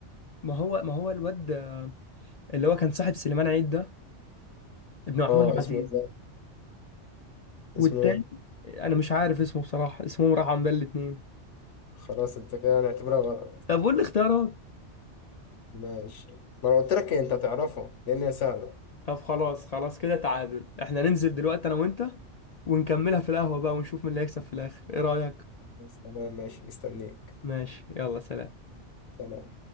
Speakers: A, on the left; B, on the left.
A: ما هو ما هو الواد آه، اللي هو كان صاحب سليمان عيد ده ابن محمود
B: اه
A: عبد
B: اسمه
A: العزيز
B: ايه ده؟
A: والتاني
B: اسمه ايه؟
A: انا مش عارف اسمه بصراحه اسمه راح عن بال الاتنين
B: خلاص انت كده هنعتبرها غلط
A: طب قول لي اختيارات
B: ماشي ما انا قلت لك إيه، انت تعرفها لان هي سهله
A: طب خلاص خلاص كده تعادل احنا ننزل دلوقتي انا وانت ونكملها في القهوة بقى ونشوف مين اللي هيكسب في الاخر ايه رأيك
B: بس تمام ماشي مستنيك
A: ماشي يلا سلام
B: سلام